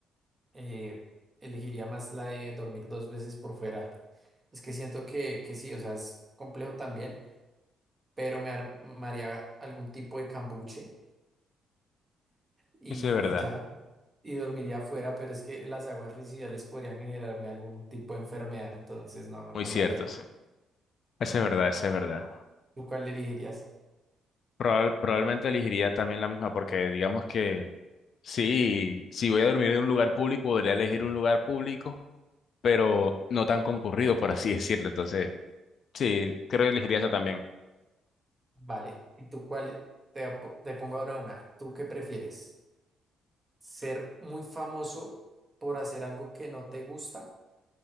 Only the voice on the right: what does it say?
eh, elegiría más la de dormir dos veces por fuera. Es que siento que, que sí, o sea, es complejo también. pero me armaría algún tipo de cambuche y,
y ya, y dormiría afuera, pero es que las aguas residuales podrían generarme algún tipo de enfermedad, entonces no, no
lo haría.
¿Tú cuál elegirías?
Vale, ¿y tú cuál? Te, apo- te pongo ahora una. ¿Tú qué prefieres? ¿Ser muy famoso por hacer algo que no te gusta